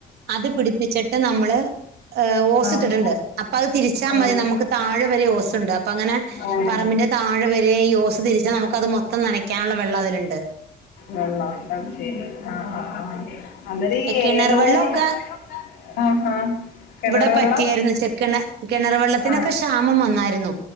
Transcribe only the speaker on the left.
ആഹ്
ഓഹ്
ഓഹ്
വെള്ളം ണ്ട ശരി ആഹ ആ ആഹ് അല്ലടീ
ഏലോവ്
ഹഹ. കിണറ്
വെള്ളം,
ആഹ.